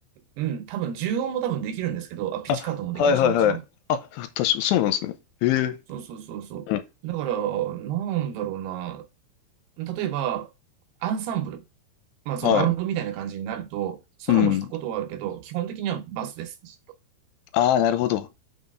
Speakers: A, on the right (about 80°); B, on the left (about 80°).
A: うん多分、重音も多分できるんですけど、あ、ピチカートもできるし、
B: あ、はいはいはい。
A: もちろん。
B: あ、確か、そうなんですね。ええ
A: そうそうそうそう。
B: うん。
A: だから、なんだろうな。例えば、アンサンブル。まあ、そのバンドみたいな感じになると、
B: はい。
A: ソロも弾くことはあるけど、
B: うん。
A: 基本的にはバスです。ずっと
B: ああ、なるほど。